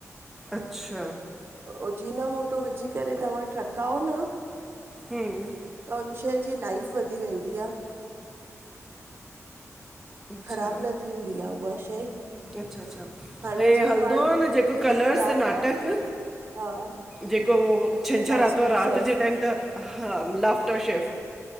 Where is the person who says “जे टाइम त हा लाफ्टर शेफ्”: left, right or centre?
Centre